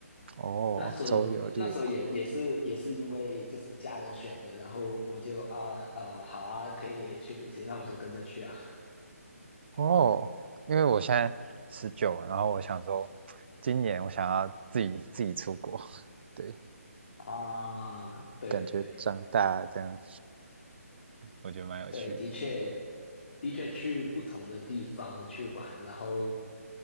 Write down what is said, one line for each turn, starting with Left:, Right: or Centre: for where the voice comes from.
Right: 哦，
Left: 那时候那时候也也是也是因为就是家人选的，
Right: 周游列国。
Left: 然后我就啊呃好啊，可以去旅行，那我就跟着去啊
Right: 哦，因为我现在十九，然后我想说，今年我想要自己自己出国。<laughs> 对，
Left: 啊，对对对
Right: 感觉长大这样，我觉得蛮有趣的。
Left: 对，的确的确去不同的地方去玩，然后